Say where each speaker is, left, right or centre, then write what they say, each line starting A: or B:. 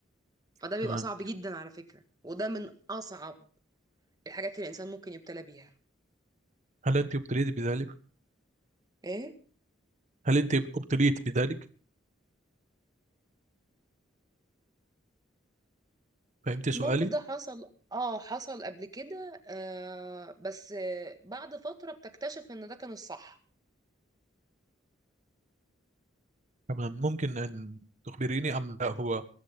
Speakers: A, on the right; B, on the right.
A: فده بيبقى
B: تمام
A: صعب جدا على فكرة وده من أصعب الحاجات اللي الإنسان ممكن يبتلى بيها
B: هل أنت ابتليت بذلك؟
A: إيه
B: هل أنت ابتليت بذلك؟ فهمت سؤالي؟
A: الموقف ده حصل اه حصل قبل كده آه بس آه بعد فترة بتكتشف إن ده كان الصح
B: تمام ممكن أن تخبريني أم لا هو